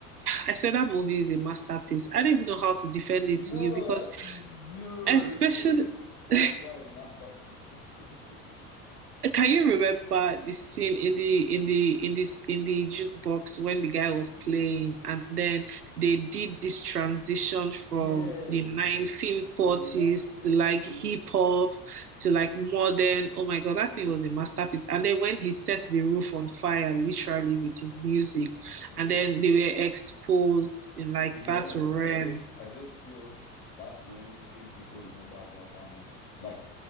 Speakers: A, on the right; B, on the left.
A: I said that movie is a masterpiece. I don't even know how to defend it
B: No,
A: to you because,
B: that is zero rating.
A: especially, <laughs>
B: How is that a masterpiece? <laughs>
A: Can you remember the scene in the in the in this in the jukebox when the guy was playing and then they did this transition
B: Yes,
A: from the 1940s
B: from the 19th
A: to like
B: to,
A: hip hop to like modern. Oh my God, that thing was a masterpiece. And then when he set the roof on fire literally with his music
B: to
A: and
B: be
A: then they were exposed in like
B: To be
A: that
B: honest,
A: realm.
B: I just I just feel that's the only thing people remember about that movie. Like